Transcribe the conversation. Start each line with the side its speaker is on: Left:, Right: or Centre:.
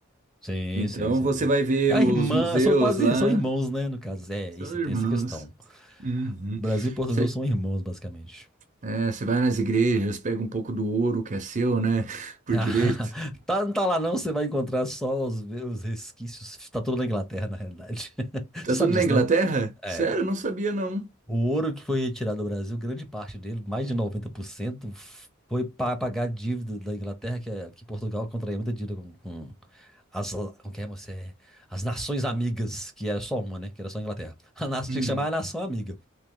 Centre: Sim,
Right: Então
Centre: sim, sim.
Right: você vai ver
Centre: É a
Right: os
Centre: irmã,
Right: museus
Centre: são quase,
Right: lá,
Centre: são irmãos, né, no caso. É,
Right: são
Centre: e você tem
Right: irmãos.
Centre: essa questão.
Right: Uhum.
Centre: Brasil e Portugal
Right: Você,
Centre: são irmãos, basicamente.
Right: é, você vai nas igrejas, pega um pouco do ouro que é seu, né? <laughs> Por
Centre: <laughs>
Right: direito.
Centre: Tá, não tá lá não, você vai encontrar só os, os resquícios. Tá tudo na Inglaterra, na realidade. <laughs>
Right: Tá
Centre: Você sabe
Right: tudo na
Centre: disso,
Right: Inglaterra?
Centre: né? É.
Right: Sério, eu não sabia, não.
Centre: O ouro que foi retirado do Brasil, grande parte dele, mais de 90% foi para pagar a dívida da Inglaterra, que, é- que Portugal contraía muita dívida com, com as, como que é, moça? É, as nações amigas, que era só uma, né? Que era só a Inglaterra. A nação
Right: Hum.
Centre: tinha que chamar a nação amiga.